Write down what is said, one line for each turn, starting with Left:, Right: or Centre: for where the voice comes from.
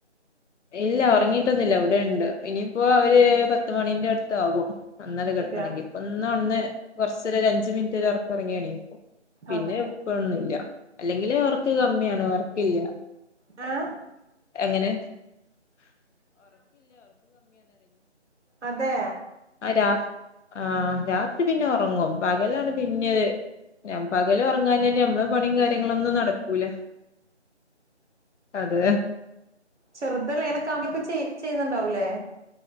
Left: ഇല്ല ഒറങ്ങിട്ടൊന്നുംല്ല ഇവിടെണ്ട് ഇനിയിപ്പോ അവര് പത്ത്മണീന്റെ അടുത്താകും നന്നടി കെടക്കണെങ്കി
Right: അതെയാ
Left: ഇപ്പൊ ഇന്ന് ഒന്ന് കൊറച്ചേരം ഒരഞ്ച് മിൻറ്റ് ഒരൊറക് ഒറങ്ങിയെണീറ്റ് പിന്നെ
Right: അതെ
Left: ഇപ്പൊന്നുംല്ല അല്ലെങ്കിലേ ഒറക്ക് കമ്മിയാണ് ഒറക്കില്ല
Right: ആ
Left: എങ്ങനെ <unintelligible>
Right: അതേ
Left: ആ രാ ആ രാത്രി പിന്നെ ഒറങ്ങും പകലാണ് പിന്നിം ഒര് പകൽ ഉറങ്ങാഞ്ഞ നമ്മളെ പണിയും കാര്യങ്ങളൊന്നും നടക്കൂല അത്
Right: ചെറ്തെല്ല എനക്ക്മ്മക്കെചെയ് ചെയ്യ്ന്നുണ്ടാവൂലേ